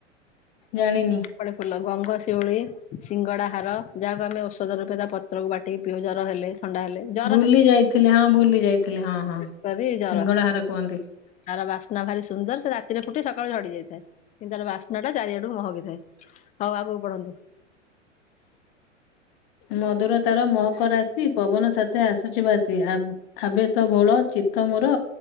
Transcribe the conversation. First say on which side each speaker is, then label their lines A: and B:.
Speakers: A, on the left (about 45°); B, on the left (about 20°).
A: ଜାଣିନି।
B: ଶେଫାଳି ଫୁଲ ଗଙ୍ଗଶିଉଳି ସିଙ୍ଗଡାହାର, ଯାହାକୁ ଆମେ ଔଷଧ ରୂପେ ତା ପତ୍ରକୁ ବାଟ ଟି ପିଉ ଜର ହେଲେ, ଥଣ୍ଡା ହେଲେ। ଜର
A: ଭୁଲି ଯାଇଥିଲି ହଁ ଭୁଲି ଯାଇଥିଲି ହଁ ହଁ
B: ହେଲେ ଜର
A: ସିଙ୍ଗଡା ହାର କୁହନ୍ତି।
B: ତାର ବାସ୍ନା ଭାରି ସୁନ୍ଦର ସେ ରାତିରେ ଫୁଟି ସକାଳେ ଝଡି ଯାଇଥାଏ। କିନ୍ତୁ ତାର ବାସ୍ନା ଟା ଚାରିଆଡକୁ ମହକି ଥାଏ। ହଉ ଆଗକୁ ପଢନ୍ତୁ।
A: ମଧୁର ତାର ମହକ ରାତି ପବନ ସାଥ ଆସୁଛି ଭାସି ଆ ଉଁ ହାବେଶ ଭୋଳ ଚିତ ମୋର